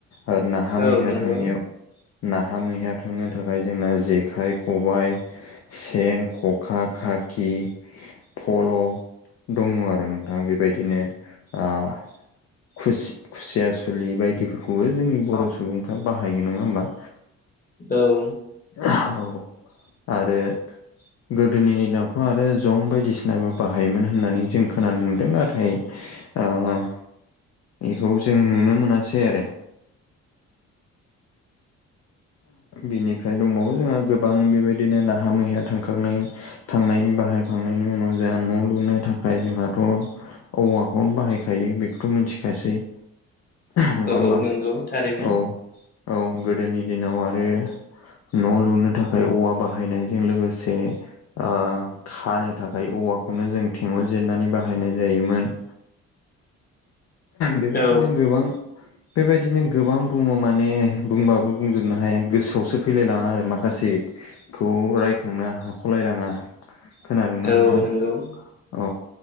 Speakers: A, on the left; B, on the left.
A: आरो नाहा-मैहा
B: औ नंगौ
A: थांनायाव नाहा-मैहा थांनो थाखाय जोंना जेखाइ-खबाइ सेन, ख'खा, खाखि फल' दङ' आरो नोंथां बेबायदिनो ओ खुसि खुसिया सुलि बायदिफोरखौबो जोंनि बर' सुबुंफ्रा बाहायो नङा होमबा?
B: औ
A: औ आरो गोदोनि दिनावथ' आरो जं बायदिसिनाबो बाहायोमोन होननानै जों खोनानो मोन्दों नाथाय ओ इखौ जों नुनो मोनासै आरो बिनिफ्राय दंबावो जोंहा गोबां बेबायदिनो नाहा मैया थांखांनाय थांनायनि बाहायखांनायनि उनाव जोंहा न' लुनो थाखाय जोंहाथ औवाखौनो बाहायखायो बेखौथ' मिनथिखासै नङा होमबा
B: औ नंगौ थारैनो
A: औ औ गोदोनि दिनाव आरो न' लुनो थाखाय औवा बाहायनायजों लोगोसे ओ खानो थाखाय औवाखौनो जों थेंगल जिरनानै बाहायनाय जायोमोन बेबायदिनो
B: औ
A: गोबां बेबायदिनो गोबां दङ' माने बुंबाबो बुंजोबनो हाया गोसोआवसो फैलायलाङा आरो माखासे खौ रायखांनो हाख'लायलाङा खोनादोंना नोंथां
B: औ नंगौ
A: औ